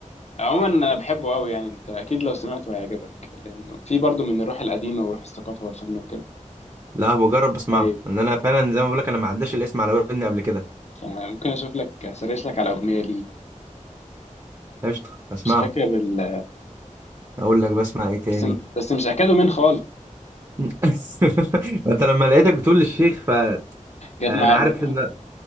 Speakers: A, on the left (about 55°); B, on the right (about 25°).
A: عموما انا بحبه قوي يعني انت اكيد لو سمعته هيعجبك لانه في برضه من الروح القديمه وروح الثقافه والفن وكده
B: لا بجرب بسمعه
A: طيب
B: ان انا فعلا زي ما بقول لك انا ما عداش الاسم على ودني قبل كده
A: آه، ممكن اشوف لك اسرش لك على اغنيه ليه
B: قشطه اسمعه
A: مش فاكر ال...
B: واقول لك بسمع ايه تاني
A: بس بس مش اكادو مين خالص
B: <laughs> انت لما لقيتك بتقول للشيخ فانا
A: جت معايا
B: عارف ان